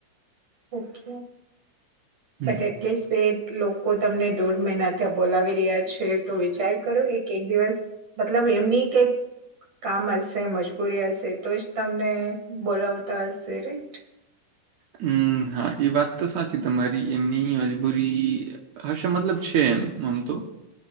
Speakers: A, on the right; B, on the right.
A: ઓખ
B: હમ
A: બટ એટલીે લોકો તમને દોઢ મહિના ત્યાં બોલાવી રહ્યા છે તો વિચાર કરો એક એક દિવસ મતલબ એમની કઈક કામ હશે મજબૂરી હશે તો જ તમને બોલાવતા હશે. રાઈટ
B: હમ હા એ વાત તો સાચી તમારી એમની મજબૂરી હશે મતલબ છે એમ આમ તો